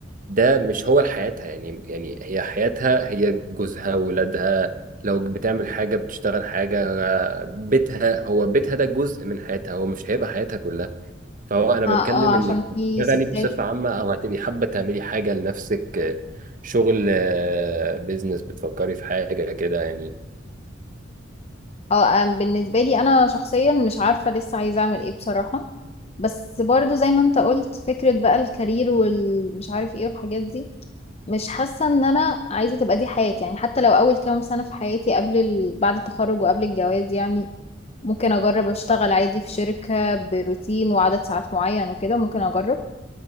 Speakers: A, on the right; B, on the left.
A: ده مش هو حياتها يعني يعني هي حياتها هي جوزها ولادها لو بتعمل حاجه بتشتغل حاجه بيتها هو بيتها ده جزء من حياتها هو مش هيبقى حياتها كلها فهو انا
B: اه
A: بتكلم
B: اه
A: انك
B: عشان في
A: تشتغلي
B: ستات
A: بصفه عامه او هتبقي حابه تعملي حاجه لنفسك شغل بيزنس بتفكري في حاجه كده يعني
B: اه آه، بالنسبة لي انا شخصيا مش عارفة لسه عايزة اعمل ايه بصراحة بس برضو زي ما انت قلت فكرة بقى الكارير والمش عارف ايه والحاجات دي مش حاسة ان انا عايزة تبقى دي حياتي يعني حتى لو اول كام سنة في حياتي قبل ال... بعد التخرج وقبل الجواز يعني ممكن اجرب اشتغل عادي في شركة بروتين وعدد ساعات معين وكده ممكن اجرب